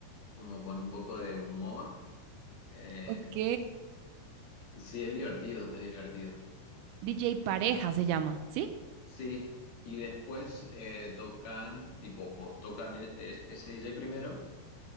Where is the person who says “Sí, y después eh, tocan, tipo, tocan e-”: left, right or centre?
Left